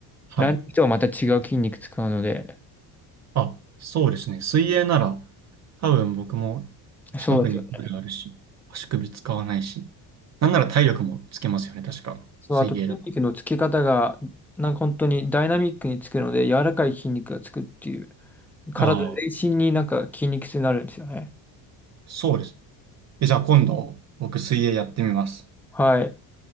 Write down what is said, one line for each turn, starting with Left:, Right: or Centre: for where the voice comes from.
Right: はい。
Centre: ランニングとはまた違う筋肉使うので、
Right: あ、そうですね。水泳なら、多分僕も近くにプールあるし、
Centre: そうですよね
Right: 足首使わないし、なんなら体力もつけますよね、確か。
Centre: そう、
Right: 水泳だ。
Centre: あと筋肉のつけ方が、なんか本当にダイナミックにつくので、柔らかい筋肉がつくっていう、体全身になんか筋肉痛になるんですよね。
Right: ああ、そうです。え、じゃあ今度、僕水泳やってみます。
Centre: はい。